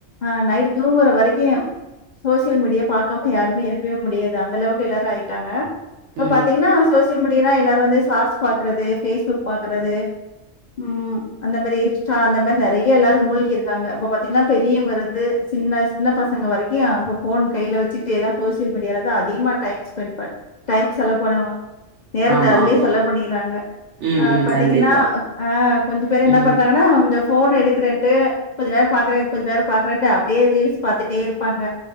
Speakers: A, on the left (about 50°); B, on the right (about 70°).
A: ஆ நைட்டு தூங்குற வரைக்கு சோசியல் மீடியா பாக்காம யாருமே இருக்கவே முடியாது அந்த அளவுக்கு எல்லாரு ஆயிட்டாங்க இப்ப
B: ம்
A: பாத்தீங்கன்னா சோசியல் மீடியான்னா எல்லாரு வந்து சார்ட்ஸ் பாக்கறது ஃபேஸ்புக் பாக்கறது ம் அந்த மாரி இன்ஸ்ட்டா அந்த மாரி நறைய எல்லாரு மூழ்கி இருக்காங்க இப்ப பாத்தீங்கன்னா பெரியவங்க இருந்து சின்ன சின்ன பசங்க வரைக் கு ஃபோன் கையில வச்சிட்டு எல்லா சோசியல் மீடியால தா அதிகமா டைம் ஸ்பெண்ட் பண் டைம் செலவு பன நேரத்த
B: ஆமா
A: அதுலயே
B: ஆமா
A: செலவு பண்ணிக்கறாங்க
B: ம்
A: ஆ
B: ம்
A: பாத்தீங்கன்னா
B: கண்டிப்பா
A: ஆ கொஞ்சோ பேர் என்ன
B: ம்
A: பண்டாங்கன்னா இந்த ஃபோன் எடுக்கறன்ட்டு கொஞ்ச நேரோ பாக்குற கொஞ்ச நேரோ பாக்குறன்ட்டு அப்டியே ரீல்ஸ் பாத்துட்டே இருப்பாங்க